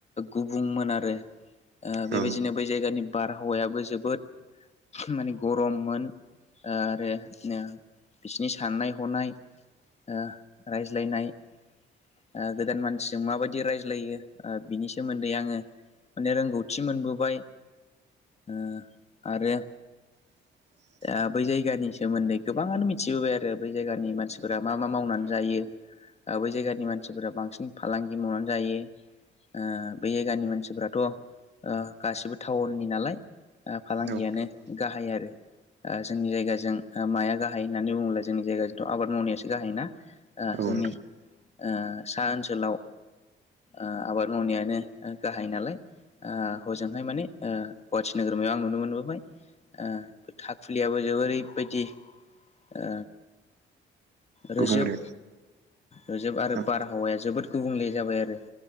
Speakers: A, on the left; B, on the right.
A: गुबुंमोन आरो। ओ
B: औ
A: बेबायदिनो बै जायगानि बारहावायाबो जोबोद माने गरममोन। ओ आरो बिदिनो बिसनि साननाय हनाय। ओ रायज्लायनाय। ओ गोदान मानसिजों माबायदि रायज्लायो ओ बिनि सोमोन्दै आङो। माने रोंगौथि मोनबोबाय ओ आरो।
B: <inaudible>
A: ओ बै जायगानि सोमोन्दै गोबाङानो मिथिबोबाय आरो बै जायगानि मानसिफोरा मा मा मावनानै जायो। ओ बै जायगानि मानसिफोरा बांसिन फालांगि मावनानै जायो ओ बै जायगानि मानसिफोरा। थ' ओ गासिबो टाउननि नालाय ओ फालांगियानो
B: औ
A: गाहाय आरो। ओ जोंनि जायगाजों ओ माया गाहाय होननानै बुङोब्ला जोंनि जायगाजोंथ' आबाद मावनायासो गाहाय ना। ओ
B: औ
A: जोंनि ओ सा ओनसोलाव। ओ आबाद मावनायानो गाहाय नालाय। ओ हजोंहाय माने ओ गुवाहाटि नोगोरमायाव आं नुनो मोनबोबाय। ओ थाखुलियाबो जोबोरै बायदि ओ। रोजोब
B: गुबुंले
A: रोजोब आरो
B: औ
A: बारहावाया जोबोद गुबुंले जाबाय आरो।